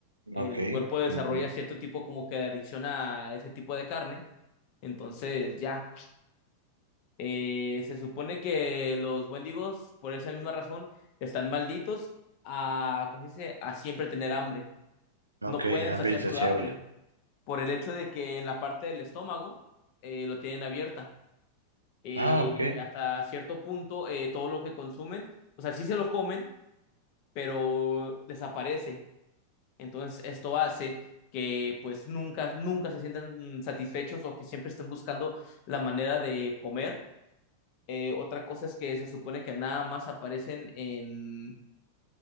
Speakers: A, on the left; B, on the right.
A: El
B: Ok.
A: cuerpo desarrolla
B: Ujú.
A: cierto tipo como que de adicción a ese tipo de carne. Entonces ya, Eh, se supone que los wendigos por esa misma razón están malditos a, ¿cómo se dice? a siempre tener hambre
B: Ok,
A: no pueden
B: hambre
A: saciar
B: insaciable.
A: su hambre por el hecho de que en la parte del estómago eh, lo tienen abierta. Eh,
B: Ah, ok.
A: hasta cierto punto, eh, todo lo que consumen, o sea, sí se lo comen, pero desaparece. Entonces, esto hace que pues nunca, nunca se sientan mm, satisfechos o que siempre estén buscando la manera de comer. Eh, otra cosa es que se supone que nada más aparecen en